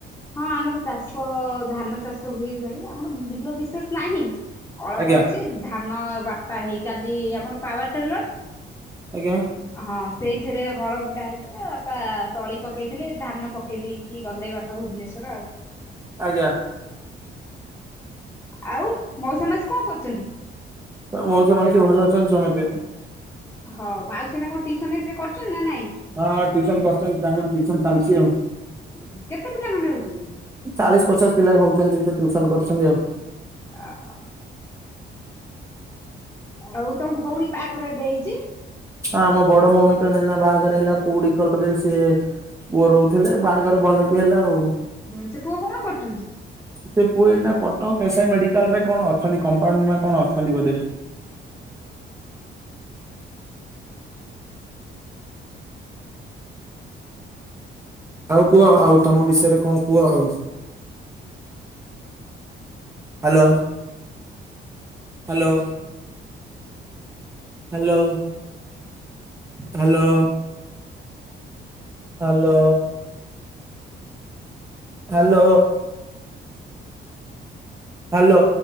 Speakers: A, on the left; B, on the right.
A: ହଁ ଆମର ଚାଷ ଧାନ ଚାଷ ହୁଏ ଖାଲି, ଆମର ବିର ବିଶେଷ ନାହିଁ ଅଳ୍ପ
B: ଆଜ୍ଞା
A: ଅଛି ଧାନ ବାଟତା ହେଇ କାଲି ଆମର ପାୱାର ଟେଲର।
B: ଆଜ୍ଞା।
A: ହଁ ସେଇଥିରେ ହଳ ବୁଟା ହେଇଥିଲା ବାପା ତଳି ପକେଇଥିଲେ। ଧାନ ପକେଇ ଦେଇେଇକି ଗଲେ ବାପା ଭୁବନେସ୍ୱର ଆଉ।
B: ଆଜ୍ଞା।
A: ଆଉ ମଉଶା ମାଉସୀ କଣ କରୁଛନ୍ତି?
B: ତ ମଉଶା ମାଉସୀ ଆ ଭଲ ଅଛନ୍ତି ସମସ୍ତେ।
A: ହଁ ଆଉ ସିନା କଣ ଟଟିୁସନ ରେ ଟିକ କର କରିଛନ୍ତି ନା ନାଇଁ?
B: ହଁ ଟିଉସନ କରୁଛନ୍ତି ତାଙ୍କ ଟଟିୁସନ ଚାଲିଛି ଆଉ।
A: ହୁ କେତେ ପିଲା ଖଣ୍ଡେ <unintelligible> ହେଉଛନ୍ତି?
B: ଚାଳିଶ ପଚାଶ ପିଲା ହଉଛନ୍ତି ସେ ଟ୍ୟୁସନ କରିଛନ୍ତି ଆଉ।
A: ଓହୋ। ଆଉ ତମ ଭଉଣୀ ବାହାଘରେ ଏବେ ହେଇଛି।
B: ହଁ ଆମ ବଡ ଭଉଣୀ ତ ନେନା ବାହାଘର ହେଲା, କୋଉଡି ସେ ପୁଅ ଥିଲେ ବାହାଘର ଭଲ କି ହେଲା ଆଉ।
A: ହୁଁ ସେ ପୁଅ କଣ କରୁଛନ୍ତି?
B: ସେ ପୁଏଇ ନା କଟକ ଏସଆଇ ମେଡିକାଲ ରେ କଣ ଅଛନ୍ତି କମ୍ପାଉଣ୍ଡରେ କଣ ଅଛନ୍ତି ବୋଧେ। ଆଉ କୁହ ଆଉ ତମ ବିଷୟରେ କଣ କୁହ ଆଉ? Hello hello. Hello hello. Hello. Hello. Hello.